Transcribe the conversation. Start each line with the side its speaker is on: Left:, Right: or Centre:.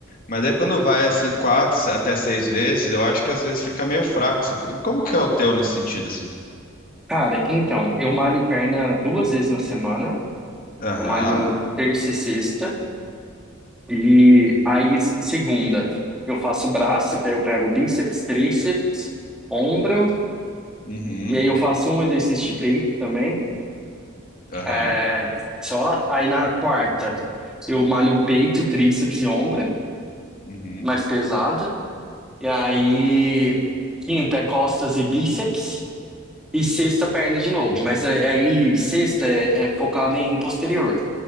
Left: Mas daí quando vai, assim, quatro até seis vezes, eu acho que às vezes fica meio fraco esse treino. Como que é o teu nesse sentido, assim?
Centre: Cara, então, eu malho perna duas vezes na semana,
Left: Aham,
Centre: eu malho terça e sexta, e
Left: uhum,
Centre: aí s- segunda eu faço braço, que aí eu pego bíceps, tríceps, ombro,
Left: uhum,
Centre: E aí eu faço um exercício de peito também.
Left: aham,
Centre: É, só. Aí na quarta eu malho peito, tríceps e ombro,
Left: uhum.
Centre: mais pesado. E aí quinta é costas e bíceps. E sexta, perna de novo. Mas a- aí sexta é, é focada em posterior.